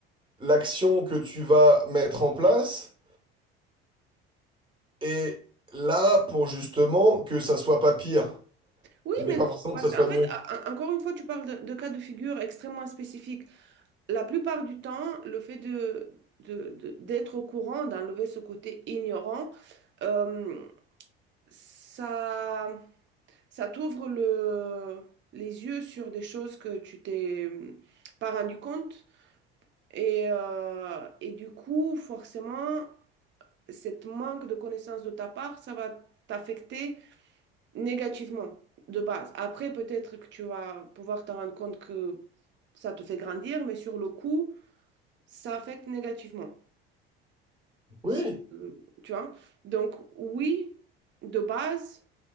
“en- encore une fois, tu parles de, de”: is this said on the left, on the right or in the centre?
Right